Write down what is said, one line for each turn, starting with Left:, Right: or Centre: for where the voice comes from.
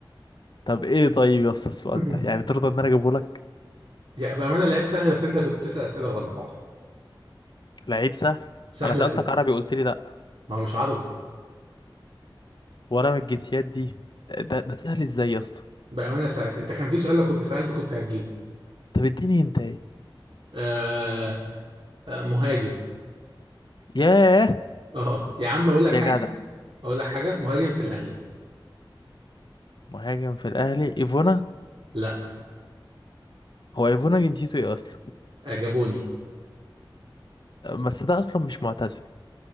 Left: طب ايه طيب يا اسطى السؤال
Right: <laughs>
Left: ده يعني ترضى ان انا اجيبه لك
Right: يا بأمانة لعيب سهل بس انت كنت بتسأل أسئلة غلط
Left: لعيب سهل
Right: سهلة
Left: انا سألتك
Right: قوي
Left: عربي قلت لي لا
Right: ما هو مش عربي
Left: وانا من الجنسيات دي ده, ده سهل ازاي يا اسطى
Right: بأمانة سهل انت كان في سؤال لو كنت سألته كنت هتجيبه
Left: طب اديني انت ايه
Right: آه آه مهاجم
Left: ياه
Right: اه يا عم اقول لك حاجة
Left: يا جدع
Right: اقول لك حاجة مهاجم في الأهلي
Left: مهاجم في الاهلي ايفونا
Right: لا
Left: هو ايفونا جنسيته ايه اصلا
Right: آه، جابوني
Left: بس ده اصلا مش معتزل